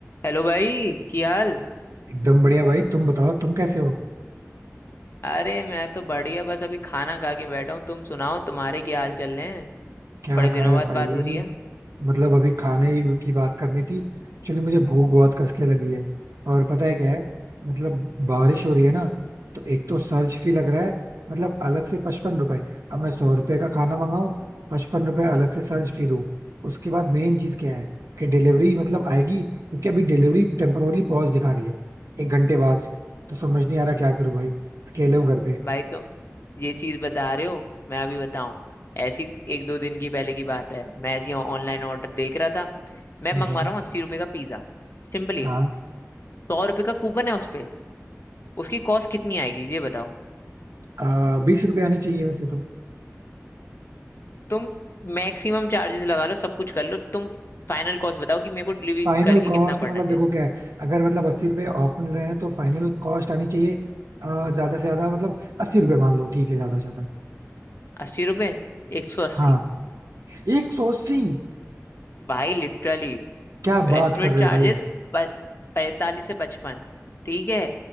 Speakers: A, on the left; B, on the right.
A: Hello भाई की हाल
B: एकदम बढ़िया भाई तुम बताओ तुम कैसे हो
A: अरे मैं तो बढ़िया बस अभी खाना खा के बैठा हूँ तुम सुनाओ तुम्हारे क्या हाल चल रहे हैं
B: क्या
A: बड़े दिनों
B: खाया
A: बाद
B: भाई
A: बात हो रही है
B: मतलब अभी खाने की बात करनी थी चलो मुझे भूख बहुत कस के लगी है और पता है क्या है मतलब बारिश हो रही है ना तो एक तो सर्च फी लग रहा है मतलब अलग से पचपन रुपए अब मैं सौ रुपए का खाना मंगाऊं पचपन रुपए अलग से सर्च फी दूं उसके बाद मेन चीज क्या है कि डिलीवरी मतलब आएगी क्योंकि अभी डिलीवरी टेम्पोरली पॉज दिखा रही है एक घंटे बाद तो समझ नहीं आ रहा क्या करूं भाई अकेले हूँ घर पे
A: भाई तो ये चीज बता रहे हो मैं अभी बताऊं ऐसी एक दो दिन की पहले की बात है मैं ऐसी ऑनलाइन ऑर्डर देख रहा था मैं
B: हम्म
A: मंगवा
B: हम्म।
A: रहा हूँ अस्सी रुपये का पिज्जा सिंपली
B: हाँ
A: सौ रुपये का कूपन है उस पे उसकी कॉस्ट कितनी आएगी ये बताओ
B: आ, बीस रुपए आनी चाहिए वैसे तो
A: तुम मैक्सिमम चार्जेस लगा लो सब कुछ कर लो तुम फाइनल कॉस्ट बताओ कि मेरे को डिलीवरी
B: फाइनल
A: करके
B: कॉस्ट
A: कितना पड़ना
B: मतलब
A: चाहिए
B: देखो क्या है अगर मतलब अस्सी रुपए ऑफ मिल रहे हैं तो फाइनल कॉस्ट आनी चाहिए आ, ज्यादा से ज्यादा मतलब अस्सी रुपए मान लो ठीक है ज्यादा से ज्यादा
A: अस्सी रुपये एक सौ अस्सी
B: हाँ एक सौ अस्सी
A: भाई लिटरली
B: क्या
A: रेस्टोरेंट
B: बात कर रहे
A: चार्जेस
B: हो भाई
A: पैंतालीस से पचपन ठीक है